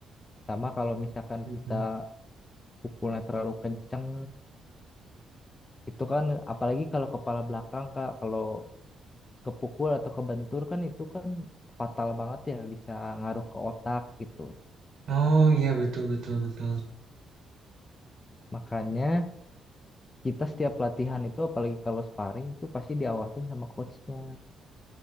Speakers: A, on the left; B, on the right.
A: sama kalau misalkan
B: Hmm,
A: kita
B: hmm.
A: pukulnya terlalu kenceng itu kan apalagi kalau kepala belakang kak kalau kepukul atau kebentur kan itu kan fatal banget ya bisa ngaruh ke otak gitu
B: Oh iya betul betul betul.
A: makanya kita setiap latihan itu apalagi kalau sparring itu pasti diawasin sama coachnya